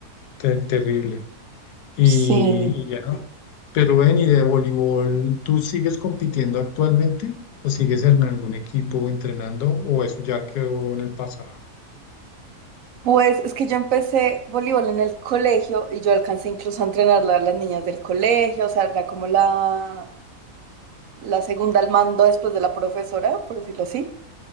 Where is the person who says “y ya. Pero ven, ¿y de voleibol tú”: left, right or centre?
Left